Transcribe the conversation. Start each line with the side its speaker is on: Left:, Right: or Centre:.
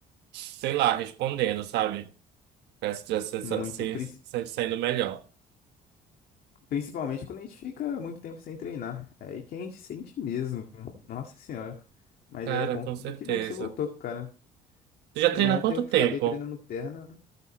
Right: sei lá, respondendo, sabe? Parece que já se,
Left: Muito.
Right: se,
Left: pris-
Right: se sente saindo melhor.
Left: Principalmente quando a gente fica muito tempo sem treinar. É aí que a gente sente mesmo. Nossa senhora. Mas
Right: Cara,
Left: é bom.
Right: com
Left: Que
Right: certeza.
Left: que bom que você voltou, cara.
Right: Tu já
Left: Eu,
Right: treina
Left: ontem
Right: há quanto
Left: eu acabei
Right: tempo?
Left: treinando perna.